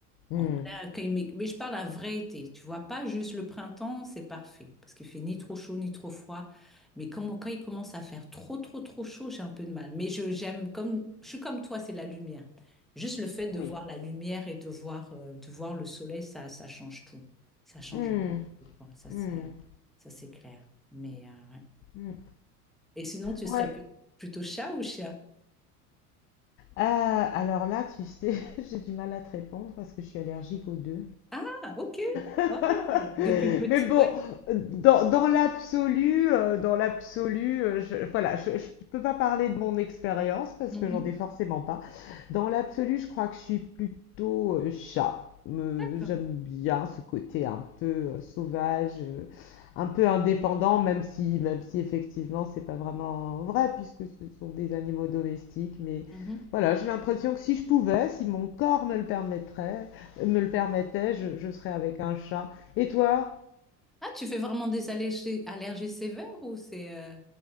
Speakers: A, on the left; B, in the centre.
A: Hmm.
B: En plein accueil, mais, mais je parle à vrai été, tu vois, pas juste le printemps, c'est parfait, parce qu'il fait ni trop chaud ni trop froid. Mais quand, quand il commence à faire trop, trop, trop chaud, j'ai un peu de mal. Mais je, j'aime, comme, je suis comme toi, c'est la lumière. Juste le fait de
A: Oui.
B: voir la lumière et de voir, euh, de voir le soleil, ça, ça change tout. Ça change
A: Hmm.
B: vraiment tout, quoi. Ça, c'est,
A: Hmm.
B: ça, c'est clair. Mais, euh, ouais.
A: Hmm.
B: Et sinon, tu
A: Ouais.
B: serais pu- plutôt chat ou chien?
A: Euh, alors là, tu sais, <laughs> j'ai du mal à te répondre parce que je suis allergique aux deux.
B: Ah, ok.
A: <laughs>
B: Oh, depuis petit,
A: Mais bon,
B: ouais.
A: dans, dans l'absolu, euh, dans l'absolu, euh, je, voilà, je, je peux pas parler de mon expérience parce
B: Mhm.
A: que j'en ai forcément pas. Dans l'absolu, je crois que je suis plutôt euh, chat. Me-
B: D'accord.
A: J'aime bien ce côté un peu euh, sauvage, euh, un peu indépendant, même si, même si effectivement c'est pas vraiment vrai puisque ce sont des animaux domestiques. Mais
B: Mhm.
A: voilà, j'ai l'impression que si je pouvais, si mon corps me le permettrait, me le permettait, je, je serais avec un chat. Et toi?
B: Ah, tu fais vraiment des allergies, allergies sévères ou c'est... euh,